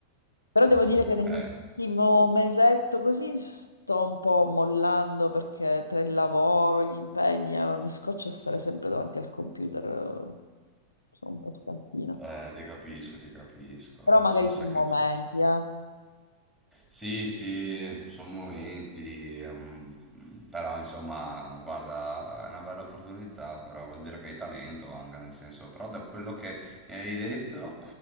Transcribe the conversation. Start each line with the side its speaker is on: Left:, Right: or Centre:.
Left: Però devo dire
Centre: Beh,
Left: che nell'ultimo mesetto così sto un po' mollando perché tra il lavoro, gli impegni, eh, mi scoccia stare sempre davanti al computer. eh, Sono un po' stanchina.
Centre: eh, ti capisco, ti capisco,
Left: Però
Centre: eh,
Left: magari
Centre: sono sacrifici.
Left: su momenti, eh.
Centre: Sì, sì, sono momenti, ehm, però insomma, guarda, è una bella opportunità, però vuol dire che hai talento anche, nel senso, però da quello che mi avevi detto,